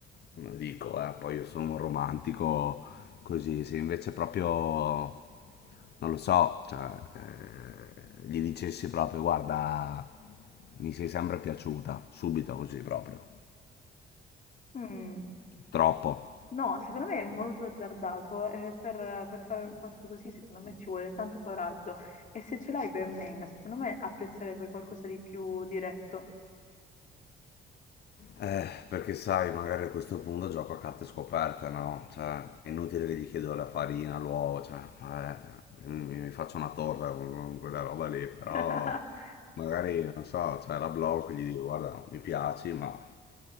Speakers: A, on the left; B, on the left.
A: lo dico, eh, poi io sono un romantico così, se invece proprio, non lo so, cioè, eh, gli dicessi proprio, guarda, mi sei sempre piaciuta, subito così proprio,
B: Mm.
A: troppo.
B: No, secondo me è molto azzardato e per, per fare un passo così secondo me ci vuole tanto coraggio e se ce l'hai ben venga, secondo me apprezzerebbe qualcosa di più diretto.
A: Eh, perché sai, magari a questo punto gioco a carte scoperte, no? Cioè, è inutile che gli chiedo la farina, l'uovo, cioè, eh, mi, mi- mi faccio una torta con, con quella roba lì, però
B: <laughs>
A: magari, non so, cioè, la blocco e gli dico, guarda, mi piaci, ma,